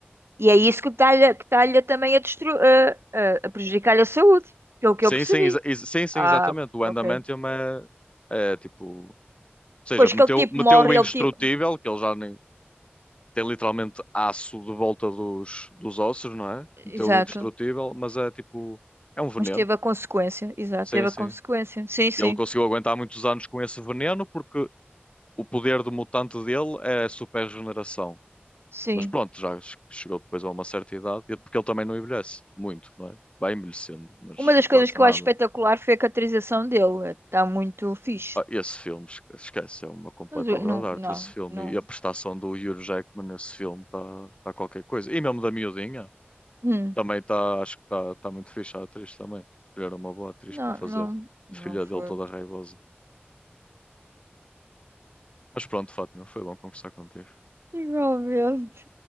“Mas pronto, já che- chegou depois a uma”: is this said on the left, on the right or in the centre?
Left